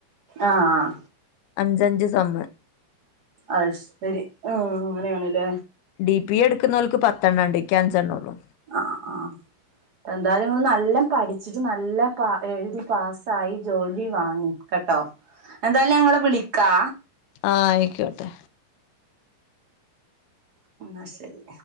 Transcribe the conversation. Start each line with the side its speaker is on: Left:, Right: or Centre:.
Right: ആഹ്
Left: അഞ്ചഞ്ച് സമ്മ
Right: അ ശരി ഉ അങ്ങനെയാണല്ലേ
Left: ഡി പി എടുക്കുന്നവൾക്ക് പത്തെണ്ണം ഉണ്ട് ക്യാൻസ്െണ്ണേള്ളൂ
Right: ആ ആ് എന്തായാലുംങ്ങള് നല്ല പഠിച്ചിട്ട് നല്ല പ എഴുതി പാസ്സായി ജോലി വാങ്ങി കേട്ടോ എന്തായാലും ഞങ്ങള്െ വിളിക്കാ
Left: ആഹ ആയിക്കോട്ടെ
Right: ആ ശരി